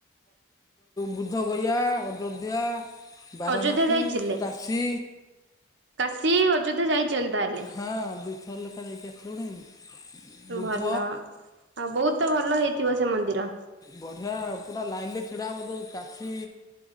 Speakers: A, on the left; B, on the right.
A: ବୁଦ୍ଧଗୟା ଅଯୋଧ୍ୟା। ବାରାନାସୀ
B: ଅଯୋଧ୍ୟା ଯାଇଥିଲେ?
A: କାଶୀ।
B: କାଶୀ ଅଯୋଧ୍ୟା ଯାଇଛନ୍ତି ତାହେଲେ।
A: ହଁ ଦିଥର ଲେଖା ଯାଇକି ଆସିଲୁଣି। ବୁଦ୍ଧ
B: ଭଲ ଆଉ ବହୁତ ଭଲ ହେଇଥିବ ସେ ମନ୍ଦିର?
A: ବଢିଆ ପୁରା ଲାଇନ ରେ ଛିଡା ହବ ଯୋଉ କାଶୀ।